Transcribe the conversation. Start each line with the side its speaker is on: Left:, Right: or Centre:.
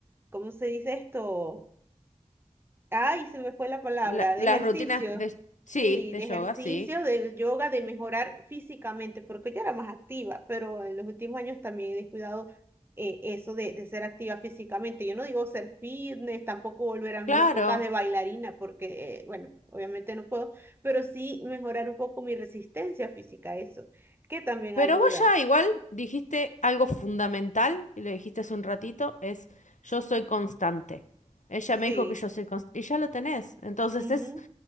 Right: ¿cómo se dice esto? Ay, se me fue la palabra,
Left: La-
Right: de
Left: las
Right: ejercicio.
Left: rutinas de, sí,
Right: Sí,
Left: de
Right: de
Left: yoga,
Right: ejercicio,
Left: sí.
Right: de yoga, de mejorar físicamente, porque yo era más activa, pero en los últimos años también he descuidado eh, eso de, de ser activa físicamente. Yo no digo ser fitness, tampoco volver a mis
Left: Claro.
Right: épocas de bailarina, porque, eh, bueno, obviamente no puedo, pero sí mejorar un poco mi resistencia física, eso, que también
Left: Pero
Right: ayuda.
Left: vos ya igual dijiste algo fundamental, y lo dijiste hace un ratito, es yo soy constante. Ella
Right: Sí,
Left: me dijo que yo soy constante, y ya lo tenés. Entonces
Right: ujú.
Left: es,